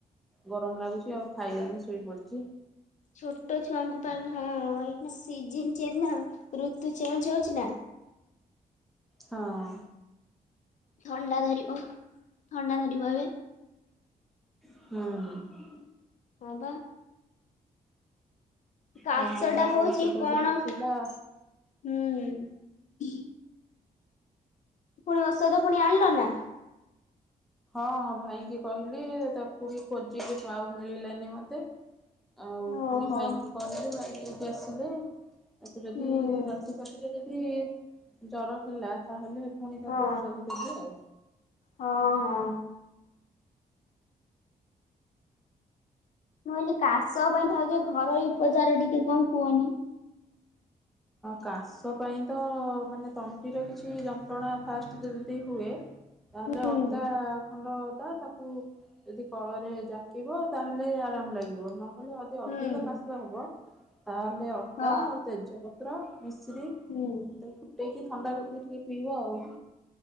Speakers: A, in the centre; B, on the left.
A: ଗରମ ଲାଗୁଛି ଆଉ ଖାଇଲାନି ଶୋଇପଡ଼ିଛି।
B: ଛୋଟ ଛୁଆଙ୍କ ପାଇଁ ହଁ ଏଇ ସିଜନ ଚେଞ୍ଚ ନା ଋତୁ ଚେଞ୍ଜ ହଉଛି ନା।
A: ହଁ।
B: ଥଣ୍ଡା ଧରିବ ଥଣ୍ଡା ଧରିବ ଏବେ।
A: ହୁଁ।
B: ହଁ ବା। କାଶଟା
A: ହଁ ତାର
B: ହଉଛି
A: ଔଷଧ
B: କଣ?
A: ବି ନଥିଲା।
B: ହୁଁ। ପୁଣି ଔଷଧ ପୁଣି ଆଣିଲନା?
A: ହଁ ହଁ ଭାଇଙ୍କି କହିଲି ତାକୁ ବି ଖୋଜିଲି ଆଉ ମିଳିଲାନି ମତେ ଆଉ
B: ଓହୋ।
A: ପୁଣି ଭାଇଙ୍କି କହିଲି ଭାଇ ନେଇକି ଆସିଲେ ତାକୁ ଯଦି
B: ହୁଁ
A: ରାତି ଫାତିରେ ଯଦି ଯଦି ଜର ହେଲା ତାହେଲେ ପୁଣି
B: ହଁ
A: ତାକୁ ଔଷଧ ଦେବି ଆଉ।
B: ହଁ। ହଁ। ମୁଁ କହିଲି କାଶ ପାଈଁ ଭାଉଜ ଘରୋଇ ଉପଚାର ଟିକେ କଣ କୁହନି?
A: କାଶ ପାଇଁ ତ ମାନେ ତଣ୍ଟିର କିଛି ଯନ୍ତ୍ରଣା ଫାଷ୍ଟ ଯଦି ହୁଏ ତାହେଲେ
B: ହୁଁ
A: ଅଦା ଖଣ୍ଡ ଅଦା ତାକୁ ଯଦି କଳରେ ଜାକିବ ତାହେଲେ ଆରାମ ଲାଗିବ ନହେଲେ
B: ହୁଁ
A: ଅଧିକ କାଶ ହବ ତାହେଲେ ଅଦା
B: ହଁ
A: ଆଉ ତେଜପତ୍ର ମିଶ୍ରି
B: ହୁଁ।
A: ତ ଫୁଟେଇକି ଥଣ୍ଡା କରିକି ଟିକେ ପିଇବ ଆଉ।